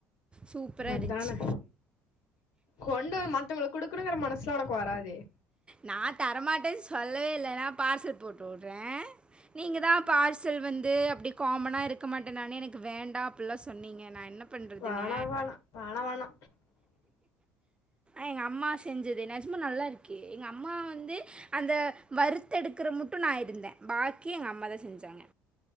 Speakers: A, on the right; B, on the left.
A: சூப்பரா
B: அதான
A: இருந்ச்சு
B: கொண்டு மத்தவங்களுக்கு குடுக்கணுங்கற மனசெல்ல ஒனக்கு வராதே
A: நா தரமாட்டேன் சொல்லவே இல்ல ன்னா பார்சல் போடு சொல்றே நீங்க தா பார்சல் வந்து அப்டி காமனா இருக்க மாட்டே நானு எனக்கு வேண்டா அப்டியெல்லா சொன்னீங்க நா என்ன பண்றதுங்க
B: வேணா வேணா வேணா வேணா
A: எங்க அம்மா செஞ்சது நெஜமா நல்லா இருக்கு எங்க அம்மா வந்து அந்த வருத் தெடுக்கிற முட்டு நா இருந்தே பாக்கி எங்க அம்மா தா செஞ்சாங்க